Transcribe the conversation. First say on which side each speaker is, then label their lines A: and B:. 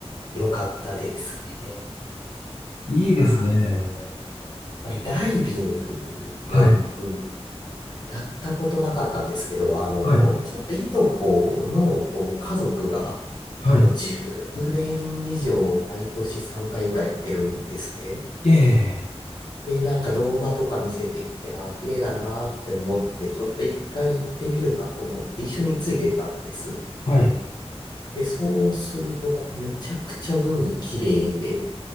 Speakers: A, on the left; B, on the left.
A: 良かったですね。
B: いいですね。
A: あの、やっぱりダイビングも僕
B: はい。
A: やったことなかったんですけど、あの、
B: はい。
A: ちょっといとこのこう家族が
B: はい。
A: もう10年以上毎年3回ぐらい行ってるんですね。
B: ええ。
A: で、なんか動画とか見せてきて、ああ、綺麗だなーって思って、ちょっと一回行ってみるかと思って一緒についてったんです。
B: はい。
A: で、そうすると、こうめちゃくちゃ海綺麗で、